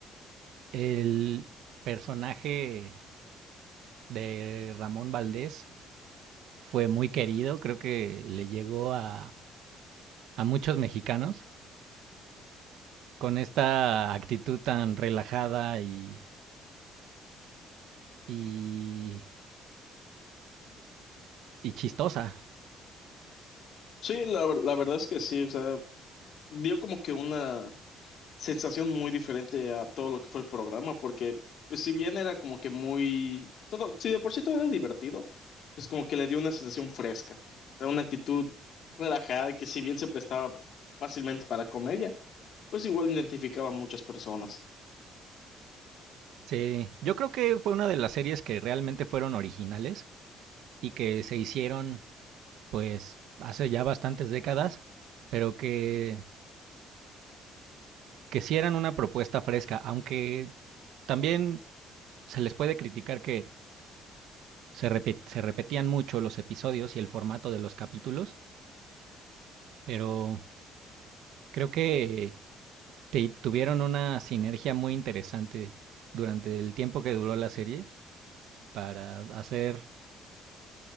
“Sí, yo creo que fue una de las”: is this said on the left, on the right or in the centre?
Right